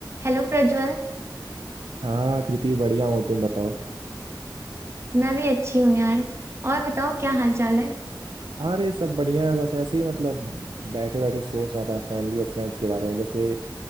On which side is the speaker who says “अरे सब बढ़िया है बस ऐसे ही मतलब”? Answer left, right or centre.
Right